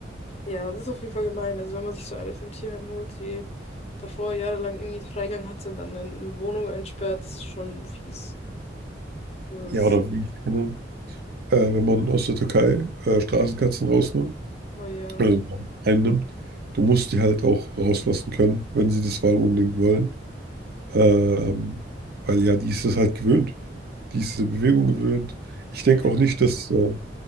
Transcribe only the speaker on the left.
Ja, das ist auf jeden Fall gemein. Also wenn man sich so eine vom Tierheim holt, die davor jahrelang irgendwie Freigang hatte und dann in eine Wohnung einsperrt, ist schon fies. So
ist,
oh ja.
Ja.